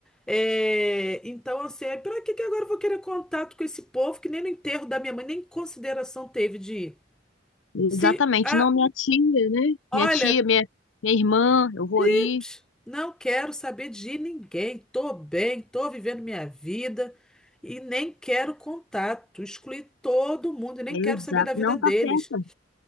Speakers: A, in the centre; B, on the left.
A: É, então, assim, é, pra que que agora eu vou querer contato com esse povo que nem no enterro da minha mãe, nem consideração teve de ir?
B: Exatamente,
A: Se, ah,
B: não minha tia, né?
A: olha,
B: Minha tia, minha, minha irmã, eu vou
A: pips,
B: ir.
A: não quero saber de ninguém, tô bem, tô vivendo minha vida e nem quero contato, excluí todo mundo e nem
B: Exato.
A: quero saber da vida
B: Não,
A: deles,
B: tá certa,